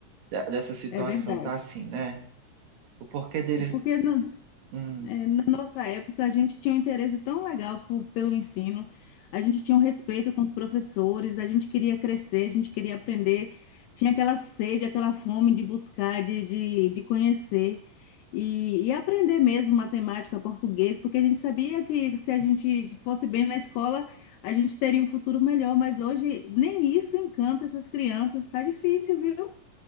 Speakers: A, on the right (about 70°); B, on the left (about 80°).
A: da- dessa situação
B: É verdade.
A: tá assim, né? O porquê deles.
B: Porque na,
A: hum,
B: é, na nossa época a gente tinha um interesse tão legal po- pelo ensino, a gente tinha um respeito com os professores, a gente queria crescer, a gente queria aprender, tinha aquela sede, aquela fome de buscar, de, de, de conhecer e, e aprender mesmo matemática, português, porque a gente sabia que se a gente fosse bem na escola, a gente teria um futuro melhor, mas hoje nem isso encanta essas crianças, tá difícil, viu?